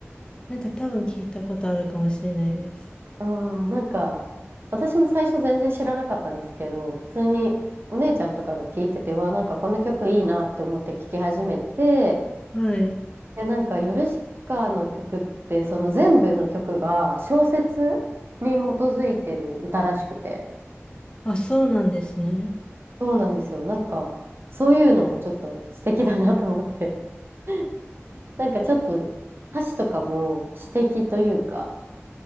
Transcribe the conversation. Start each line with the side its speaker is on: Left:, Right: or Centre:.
Left: なんか多分聞いたことあるかもしれないです。
Right: あー、なんか、私も最初全然知らなかったんですけど、普通にお姉ちゃんとかが聞いてて、うわ、なんかこの曲いいなって思って聴き始めて、
Left: はい。
Right: で、なんかヨルシカの曲って、その全部の曲が小説に基づいてる歌らしくて、
Left: あ、そうなんですね。
Right: そうなんですよ。なんか、そういうのもちょっと素敵だなと思って、<laughs> なんかちょっと歌詞とかも詩的というか、